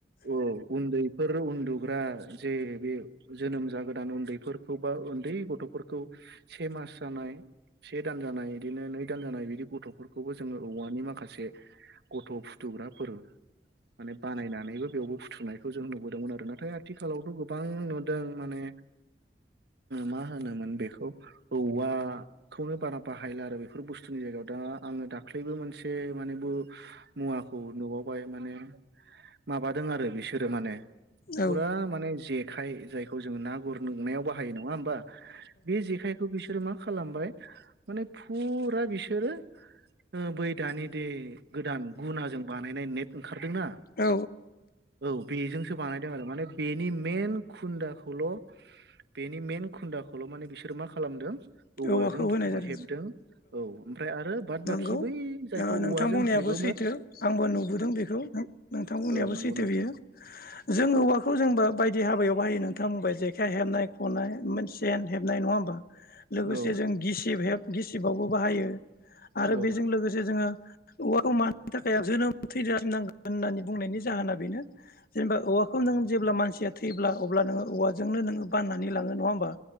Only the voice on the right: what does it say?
ओ उन्दैफोर र उन्दुग्रा जे बे जोनोम जागोदान उन्दैफोरखौ बा उन्दै गथ'फोरखौ खौ से मास जानाय से दान जानाय बिदिनो नै दान जानाय बिदि गथ'फोरखौबो जोङो औवानि माखासे गथ' फुथुग्राफोर माने बानायनानैबो बेयावबो फुथुनाय बे खौ जों नुबोदोंमोन आरो नाथाय आथिखालावथ' गोबां नुदों माने मा ओ होनोमोन बेखौ औवाखौनो बारा बाहायला आरो बेफोर बुस्थुनि जायगायाव दा आङो दाल्खैबो मोनसे एसे मानेबो मुवाखौ नुबावबाय माने माबादों आरो बिसोरो माने
फुरा माने जेखाय जायखौ जों ना गुरनायाव बाहायो नङा होमबा? बे जेखाइखौ बिसोरो मा खालामबाय माने फुरा बिसोरो ओ बै दानि दे गोदान गुनाजों बानायनाय नेट ओंखारदोंना
औ। बेजोंसो बानायदों आरो माने बेनि मेन खुन्दाखौल' बेनि मेन खुन्दाखौल' माने बिसोरो मा खालामदों औवाजों
<unintelligible>
हेबदों औ ओमफ्राय आरो बाद
बाखि
बै जायखौ
औवाजों
हेबो
औ नंगौ
नोंथां
औ
औ